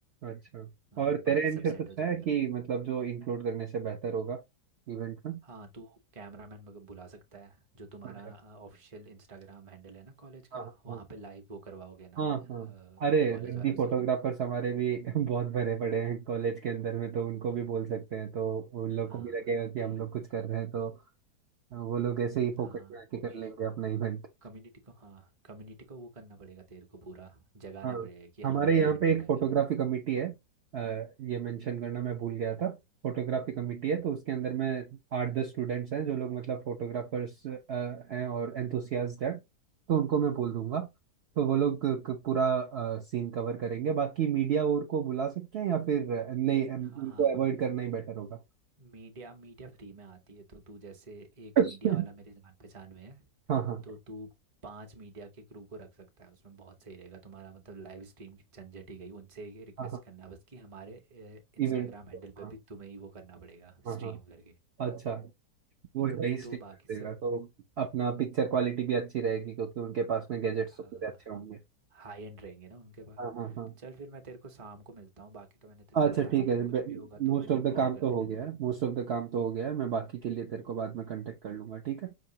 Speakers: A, on the right; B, on the right.
A: अच्छा
B: हाँ
A: और
B: बाकी
A: तेरे एंड
B: सब
A: से
B: सेट
A: कुछ
B: हो जाएगा
A: है कि मतलब जो इंक्लूड करने से बेहतर होगा इवेंट में
B: हाँ तू कैमरामैन बुला सकता है जो तुम्हारा
A: अच्छा
B: ऑफिशियल इंस्टाग्राम हैंडल है ना कॉलेज का
A: हाँ
B: वहाँ
A: हाँ
B: पे लाइव वो करवाओगे ना
A: हाँ हाँ अरे
B: कॉलेज
A: रद्दी
B: वालों
A: फोटोग्राफर्स
B: से
A: हमारे भी <laughs> बहुत भरे पड़े हैं कॉलेज के अंदर में तो उनको भी बोल सकते हैं तो उन लोग
B: हाँ
A: को भी लगेगा कि
B: ठीक
A: हम लोग कुछ कर रहे हैं तो वो लोग ऐसे ही फोकस
B: हाँ
A: में आके
B: वो
A: कर
B: भी
A: लेंगे अपना इवेंट
B: कम्युनिटी को हाँ कम्युनिटी को वो करना पड़ेगा तेरे को पूरा जगाना
A: हाँ
B: पड़ेगा कि हाँ
A: हमारे
B: भाई
A: यहाँ
B: इवेंट
A: पे
B: हो
A: एक
B: रहा
A: फोटोग्राफी
B: है करके
A: कमेटी है अ, ये मेंशन करना मैं भूल गया था फोटोग्राफी कमेटी है तो उसके अंदर में आठ दस स्टूडेंट्स हैं जो लोग मतलब फोटोग्राफर्स हैं और एंथुसियास्ट हैं तो उनको मैं बोल दूंगा तो वो लोग क- पूरा सीन कवर करेंगे बाकी मीडिया और को बुला सकते हैं या फिर अ, नहीं अ, उनको
B: हाँ हाँ
A: अवॉइड करना ही बेटर होगा
B: मीडिया मीडिया फ्री में आती है तो तू जैसे एक
A: <coughs>
B: मीडिया वाला मेरे जान पहचान में है
A: हाँ हाँ
B: तो तू पांच मीडिया के क्रू को रख सकता है उसमें बहुत सही रहेगा तुम्हारा मतलब लाइव स्ट्रीम की झंझट ही गई उनसे ये रिक्वेस्ट
A: हाँ हाँ
B: करना बस कि हमारे इंस्टाग्राम
A: इवेंट
B: हैंडल पर
A: हाँ
B: भी तुम्हें ही वो करना पड़ेगा
A: हाँ
B: स्ट्रीम
A: हाँ
B: करके
A: अच्छा वो नहीं स्टिक
B: तो बाकी
A: कर
B: सब
A: देगा तो अपना पिक्चर क्वालिटी भी अच्छी रहेगी क्योंकि उनके पास में गैजेट्स
B: हाँ
A: तो पूरे अच्छे होंगे
B: हाई एंड रहेंगे ना उनके पास
A: हाँ हाँ हाँ
B: चल फिर मैं तेरे को शाम को मिलता हूँ बाकी तो मैंने तेरे
A: अच्छा
B: को बता
A: ठीक
B: दिया
A: है
B: है कुछ भी होगा
A: मोस्ट
B: तो मेरे
A: ऑफ
B: को
A: द काम
B: कॉल कर
A: तो
B: देना
A: हो
B: ठीक
A: गया
B: है
A: है मोस्ट ऑफ द काम तो हो गया है मैं बाकी के लिए तेरे को बाद में कांटेक्ट कर लूंगा ठीक है